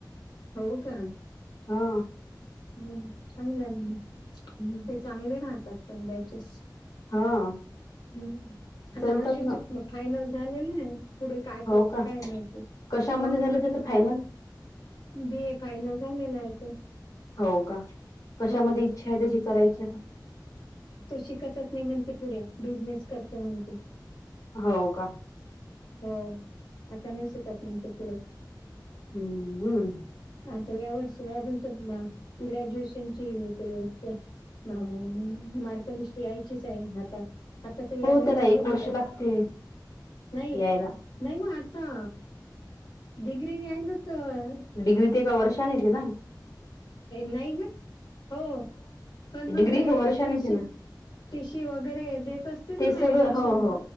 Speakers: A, on the left; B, on the left.
A: हो का.
B: हा.
A: मग चांगलं आहे म
B: हम्म.
A: ते चांगले राहतात पण बॅचेस
B: हा.
A: हम्म आता
B: चलतात
A: हर्षदचे
B: ना
A: फायनल झालेलं आहे पुढे काय
B: हो
A: करते
B: का
A: काय माहिती हो
B: कशामध्ये झालं
A: ना
B: त्याच फायनल
A: बी ए फायनल झालेला आहे तो
B: हो का कशामध्ये
A: हो
B: इच्छा आहे त्यांची करायची आता?
A: तो शिकतच नाही म्हणते पुढे बिझनेस करतो म्हणते
B: हो का.
A: हो आता नाही शिकत म्हणतो पुढे
B: हम्म हम्म.
A: आता या वर्ष अजून तर ना ग्रॅज्युएशनची ते ते <unintelligible> मार्कलिस्ट यायचीच आहे हातात आता ते या
B: हो
A: महिन्यात
B: त्याला एक
A: दिली
B: वर्ष
A: तर,
B: लागते
A: नाहीये
B: यायला
A: नाही म आता डिग्री आहे ना तर
B: डिग्री ते का वर्षाने येते ना
A: नाही ग हो पण मग
B: डिग्री
A: ते
B: एका वर्षाने
A: टी
B: येते
A: सी
B: ना
A: टी सी वगैरे देत असतील
B: ते
A: ना म
B: सगळं
A: ॲडमिशन
B: हो हो